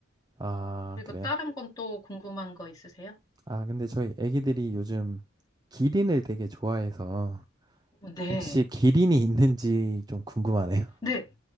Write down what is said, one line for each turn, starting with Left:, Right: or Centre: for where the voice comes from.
Right: 아,
Left: 그리고
Right: 그래요?
Left: 다른 건 또 궁금한 거 있으세요?
Right: 아, 근데 저희 애기들이 요즘 기린을 되게 좋아해서
Left: 네.
Right: 혹시 기린이 있는지 좀 궁금하네요.
Left: 네,